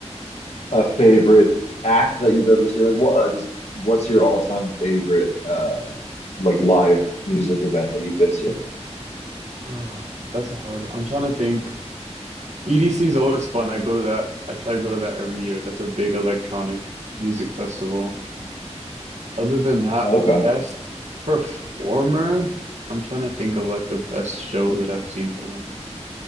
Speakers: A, on the left; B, on the right.
A: a favorite act that you've ever seen? Like what uh, just what's your all-time favorite uh like live music event that you've been to?
B: Ah, that's a hard one. I'm trying to think. EDC is always fun. I go to that. I try to go to that every year. That's a big electronic music festival. Other than that,
A: Oh, okay.
B: best performer, I'm trying to think of like the best show that I've seen put on.